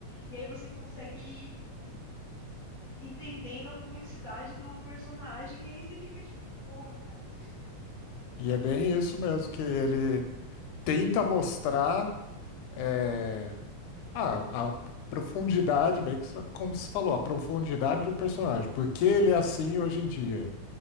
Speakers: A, on the left; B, on the left.
A: e aí você consegue entendendo a complexidade do personagem, e aí você fica tipo, porra, cara.
B: E é bem isso mesmo, que ele tenta mostrar é, a, a profundidade, bem que, como você falou, a profundidade do personagem. Por que ele é assim hoje em dia?